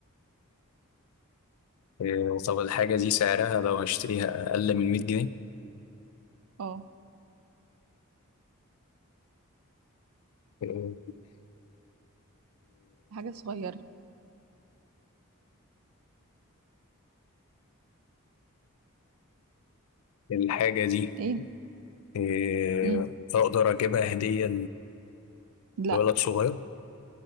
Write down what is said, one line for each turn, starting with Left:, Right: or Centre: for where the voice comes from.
Left: إيه، طب الحاجة دي سعرها لو هشتريها أقل من 100 جنيه
Right: اه
Left: إيه،
Right: حاجة صغيرة
Left: إيه، الحاجة دي
Right: ايه؟
Left: إيه،
Right: مم.
Left: أقدر أجيبها هدية
Right: لا
Left: لولد صغير